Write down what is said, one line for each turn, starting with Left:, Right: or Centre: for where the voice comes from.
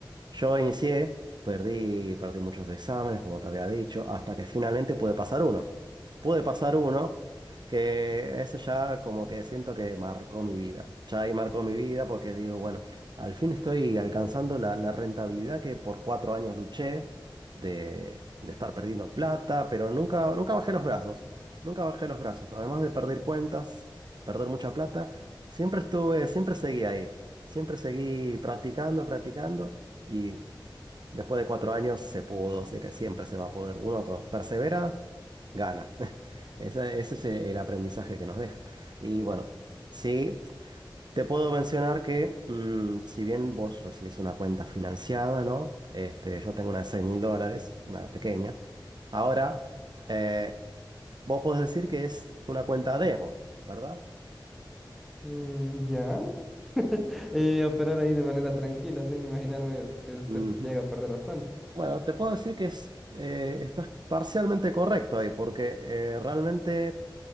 Right: Yo inicié, perdí, perdí muchos exámenes, como te había dicho, hasta que finalmente pude pasar uno. Pude pasar uno, que eso ya como que siento que marcó mi vida. Ya ahí marcó mi vida porque digo, bueno, al fin estoy alcanzando la, la rentabilidad que por cuatro años luché de, de estar perdiendo plata, pero nunca, nunca bajé los brazos. Nunca bajé los brazos. Además de perder cuentas, perder mucha plata, siempre estuve, siempre seguí ahí. Siempre seguí practicando, practicando y después de cuatro años se pudo, sé que siempre se va a poder. Uno con- persevera, gana. <laughs> Ese, ese es el aprendizaje que nos deja. Y bueno, sí, te puedo mencionar que mm, si bien vos recibís una cuenta financiada, ¿no? Este, yo tengo una de 6 mil dólares, una pequeña. Ahora, eh, vos podés decir que es una cuenta demo, ¿verdad?
Centre: Mm, ya. Y operar ahí de manera tranquila, sin imaginarme que se
Right: Ujú.
Centre: llega a perder bastante.
Right: Bueno, te puedo decir que es, eh, estás parcialmente correcto ahí, porque eh, realmente...